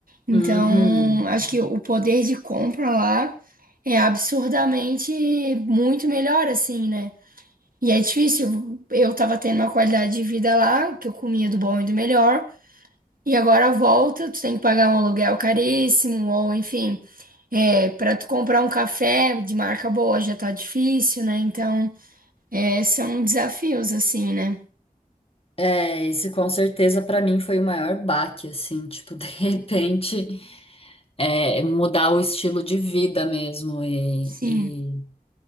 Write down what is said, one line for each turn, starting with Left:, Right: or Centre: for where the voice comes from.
Right: Então,
Left: Uhum.
Right: acho que o poder de compra lá é absurdamente muito melhor, assim, né? E é difícil. Eu tava tendo uma qualidade de vida lá, que eu comia do bom e do melhor, e agora volta, tu tem que pagar um aluguel caríssimo, ou enfim, é, para tu comprar um café de marca boa já tá difícil, né? Então, é, são desafios, assim, né?
Left: É, esse com certeza para mim foi o maior baque, assim, tipo, <laughs> de repente. é, mudar o estilo de vida mesmo e,
Right: Sim.
Left: e,